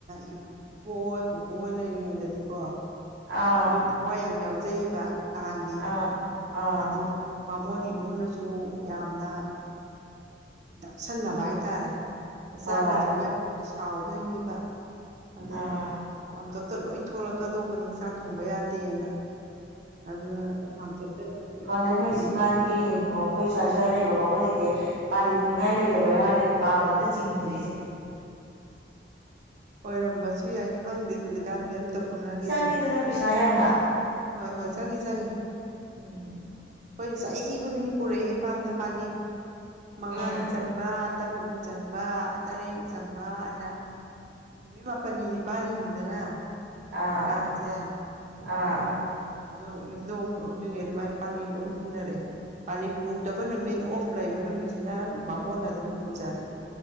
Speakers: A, on the right; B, on the right.
A: ꯏꯕꯨꯕꯣꯛ ꯍꯣꯏ ꯄꯨꯄꯨꯍꯣꯏ ꯂꯩꯔꯤꯉꯩꯗꯗꯤꯀꯣ
B: ꯑꯥ
A: ꯃꯣꯏ ꯊꯋꯥꯏ ꯌꯥꯝ ꯌꯥꯎꯖꯩꯌꯦꯕ ꯀꯥꯡꯒꯤ
B: ꯑꯥ ꯑꯥ
A: ꯑꯗꯨꯅ ꯕꯥꯃꯣꯟ ꯏꯃꯨꯡꯅꯁꯨ ꯌꯥꯝꯅ ꯗꯥꯛꯁꯟꯅꯕ ꯍꯥꯏꯇꯥꯔꯦ ꯆꯥꯛꯀ
B: ꯍꯣꯏ
A: ꯊꯣꯡ ꯌꯥꯄꯣꯠꯇꯦ ꯁꯥꯎꯗꯣꯏꯅꯦꯕ ꯑꯗꯨꯗ
B: ꯑꯥ
A: ꯃꯥꯝꯇꯣꯞꯇ ꯂꯣꯏ ꯊꯣꯂꯛꯀꯗꯧꯕꯅꯤ ꯆꯥꯛ ꯊꯣꯡꯕ ꯌꯥꯗꯦꯅ ꯑꯗꯨꯅ ꯃꯥꯝꯇꯣꯞꯇ ꯑꯗꯨꯝ
B: ꯑꯗꯩ ꯑꯩꯈꯣꯏ ꯍꯧꯖꯤꯛꯀꯥꯟꯒꯤ ꯑꯩꯈꯣꯏ ꯁ꯭ꯋꯥꯏ ꯁ꯭ꯋꯥꯏ ꯂꯩꯕ ꯕꯥꯃꯣꯟꯁꯤꯡꯖꯦ ꯄꯥꯜꯂꯤ ꯄꯨꯅꯤꯡꯉꯥꯏ ꯂꯩꯇꯕꯩ ꯋꯥꯅꯦ ꯀꯥꯡꯒ ꯑꯝꯇ ꯆꯤꯡꯗ꯭ꯔꯤꯁꯦ
A: ꯑꯣꯏꯔꯝꯕꯁꯨ ꯌꯥꯏ ꯈꯪꯗꯦ ꯍꯧꯖꯤꯛꯀꯥꯟꯗꯤ ꯑꯝꯇ ꯄꯨꯅꯈꯤꯗ꯭ꯔꯦ
B: ꯆꯪꯉꯤꯗꯅ ꯄꯤꯁꯥ ꯌꯥꯝꯅ
A: ꯍꯣꯏ ꯍꯣꯏ ꯆꯪꯉꯤ ꯆꯪꯉꯤ
B: ꯎꯝ
A: ꯈꯣꯏꯗꯤ ꯆꯍꯤ ꯈꯨꯗꯤꯡꯒꯤ ꯄꯨꯔꯛꯑꯦ ꯏꯄꯥꯝꯗ ꯄꯥꯜꯂꯤ ꯃꯉꯥꯅꯤ
B: ꯎꯝ
A: ꯆꯟ ꯕ ꯇꯔꯨꯛꯅꯤ ꯆꯟꯕ ꯇꯔꯦꯠꯅꯤ ꯆꯟꯕ ꯑꯅ ꯅꯨꯃꯤꯠ ꯃꯥꯄꯟꯅꯤ ꯅꯤꯄꯥꯜꯅꯤꯅꯤꯗꯅ
B: ꯑꯥ
A: ꯀꯥꯡꯁꯦ
B: ꯑꯥ
A: ꯑꯗꯨ ꯑꯗꯣ ꯌꯨꯝꯗꯣꯡ ꯍꯧꯗꯤꯉꯩ ꯑꯗꯨꯃꯥꯏꯅ ꯄꯥꯜꯂꯤ ꯂꯣꯏ ꯄꯨꯅꯔꯦ ꯄꯥꯂꯤ ꯄꯨꯗꯕ ꯅꯨꯃꯤꯠ ꯑꯣꯐ ꯂꯩꯕ ꯅꯨꯃꯤꯠꯁꯤꯅ ꯕꯥꯃꯣꯟꯅ ꯑꯗꯨꯝ ꯄꯨꯖꯔꯦ